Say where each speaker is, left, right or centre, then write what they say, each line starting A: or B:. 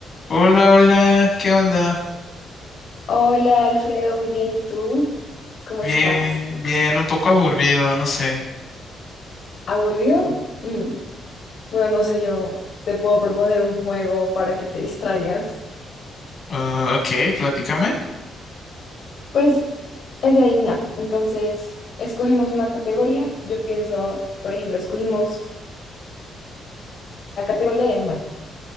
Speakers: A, on the left (about 40°); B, on the left (about 60°).
A: Hola, hola, ¿qué onda?
B: Hola Alfredo, muy bien. ¿Y tú? ¿Cómo
A: Bien,
B: estás?
A: bien, un poco aburrido, no sé.
B: ¿Aburrido? Mm, Bueno, no sé, yo te puedo proponer un juego para que te distraigas.
A: Ah, ok, platícame.
B: Pues es de adivinar. Entonces, escogemos una categoría. Yo pienso, por ejemplo, escogimos la categoría de animal.